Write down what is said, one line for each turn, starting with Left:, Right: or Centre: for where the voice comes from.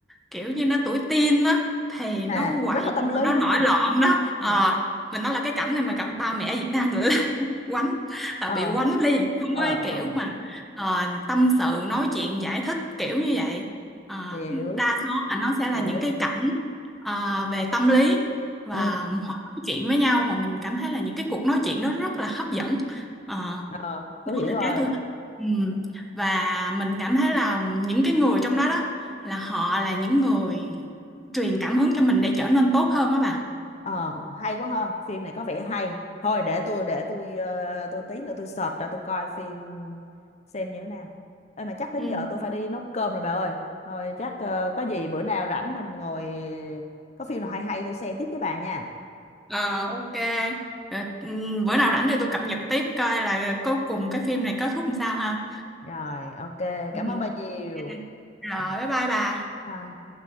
Centre: kiểu như nó tuổi teen đó thì nó
Left: là
Centre: quậy
Left: rất là tâm
Centre: rồi
Left: lý
Centre: nó
Left: đúng
Centre: nổi
Left: không
Centre: loạn đó Ờ,
Left: ừ.
Centre: mình nói là cái cảnh này mà gặp ba mẹ Việt Nam nữa quánh là
Left: ờ
Centre: bị quánh liền chứ không
Left: ờ
Centre: có cái kiểu
Left: ờ.
Centre: mà ờ, tâm sự nói chuyện giải thích kiểu như vậy Ờ,
Left: hiểu
Centre: đa số là nó sẽ
Left: hiểu
Centre: là những cái cảnh ờ, về tâm lý và
Left: ừ
Centre: họ nói chuyện với nhau mà mình cảm thấy là những cái cuộc nói chuyện đó rất là hấp dẫn Ờ,
Left: ờ tôi
Centre: đó
Left: hiểu
Centre: là
Left: rồi
Centre: cái tôi thích ừ. và mình cảm thấy là những cái người trong đó đó là họ là những người truyền cảm hứng cho mình để trở nên tốt hơn đó bà
Left: ờ ờ, hay quá ha phim này có vẻ hay thôi để tôi để tôi ờ, tôi tí nữa tôi search ra tôi coi phim xem như thế nào Ê mà chắc đến
Centre: ừ.
Left: giờ tôi phải đi nấu cơm rồi bà ơi thôi chắc ờ, có gì bữa nào rảnh mình ngồi có phim nào hay hay tôi share tiếp với bà nha
Centre: Ờ ok. Rồi, ừm, bữa nào rảnh thì tôi cập nhật tiếp coi là cuối cùng cái phim này kết thúc làm sao ha.
Left: Rồi, ok.
Centre: Ừ.
Left: Cảm ơn bà nhiều.
Centre: Ok. Rồi
Left: Ừ.
Centre: bye bye bà.
Left: Bye.